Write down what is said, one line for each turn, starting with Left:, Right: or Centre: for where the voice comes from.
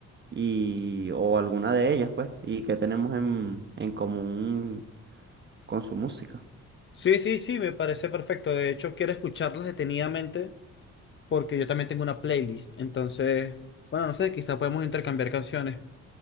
Right: y, o alguna de ellas, pues, y qué tenemos en, en común con su música.
Left: Sí, sí, sí, me parece perfecto. De hecho, quiero escucharlas detenidamente porque yo también tengo una playlist. Entonces, bueno, no sé, quizá podemos intercambiar canciones.